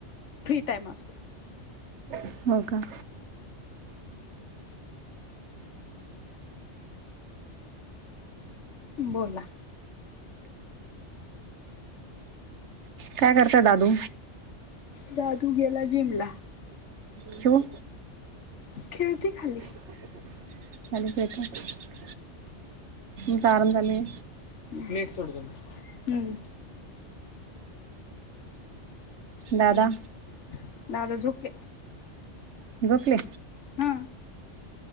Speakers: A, on the left (about 75°); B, on the right (about 75°).
A: फ्री टाइम असतो
B: हो का
A: बोला
B: काय करतय दादू
A: जादू गेला जिमला
B: चिऊ
A: खेळती खाली
B: <unintelligible> <unintelligible> जार झाले
A: मी एक सोड दे ना
B: दादा
A: हम् दादा झोपले
B: झोपले
A: ह